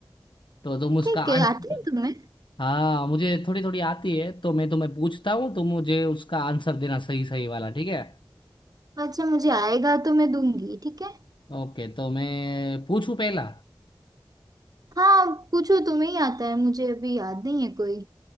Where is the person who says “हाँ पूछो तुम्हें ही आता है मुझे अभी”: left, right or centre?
Right